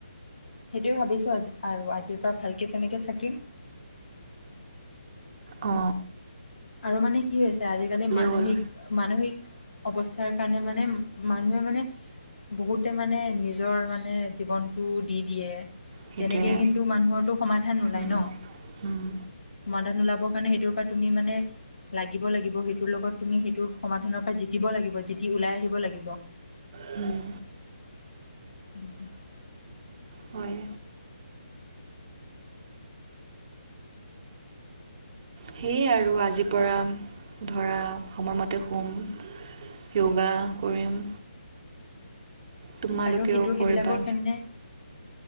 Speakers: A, on the left; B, on the right.
A: সেইটোৱে ভাবিছোঁ, আজি আৰু, আজিৰ পৰা ভালকৈ তেনেকৈ থাকিম।
B: অ।
A: আৰু মানে কি হৈছে, আজিকালি মানসিক
B: হ'ল
A: মানসিক অৱস্থাৰ কাৰণে মানে, মানুহে মানে বহুতে মানে নিজৰ মানে জীৱনতটো দি দিয়ে,
B: সেইটোৱে
A: তেনেকে কিন্তু মানুহৰ বহুতো সমাধান ওলাই
B: উম,
A: ন!
B: উম,
A: সমাধান ওলাবৰ কাৰণে সেইটোৰ পৰা তুমি মানে লাগিব লাগিব সেইটোৰ লগত। তুমি সেইটো সমাধানৰ পৰা জিকিব লাগিব, জিকি ওলাই আহিব লাগিব।
B: হম।
A: <inaudible>
B: হয়। সেয়ে আৰু আজিৰ পৰা ধৰা, সময়মতে শুম। যোগা কৰিম। তোমালোকেও
A: আৰু সেইটো, সেইবিলাকৰ
B: কৰিবা
A: কাৰণে